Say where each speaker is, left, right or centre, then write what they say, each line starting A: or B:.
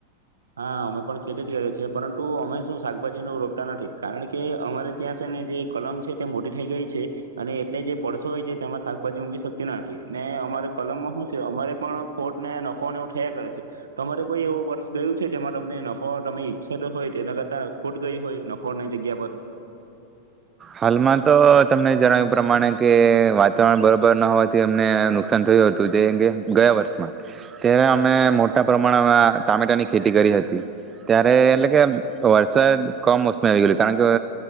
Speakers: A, on the right (about 70°); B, on the right (about 20°).
A: હા અમે પણ ખેટ જ કરએ છીએ પરંતુ અમે શું શાકભાજી ન રોપતા નથી, કારણ કે અમારે ત્યાં છે ને જે કલમ છે, તે મોટી થઈ ગઈ છે અને એટલે જે પડસો હોય છે, તેમાં શાકભાજી ઊઘી શકતી નથી ને અમારે કલમમાં શું છે, અમારે પણ ખોટ ને નફોને એવું થયા કરે છે, તો અરે કોઈ એવો વર્ષ ગયું છે તેમાં તમને નફા તમે ઈચ્છ હોય તેના કરતા ખોટ ગઈ હોય નફોની જગ્યા પર
B: હાલમાં તો તમને જણાવ્યું પ્રમાણે કે વાતાવરણ બરોબર ન હોવાથી અમને નુકસાન થયું હતું તે કે ગયા વર્ષમાં ત્યારે અમે મોટા પ્રમાણમાં ટામેટાની ખેતી કરી હતી ત્યારે એટલે કે વરસાદ કમ મોસમી આવી ગયું કારણ કે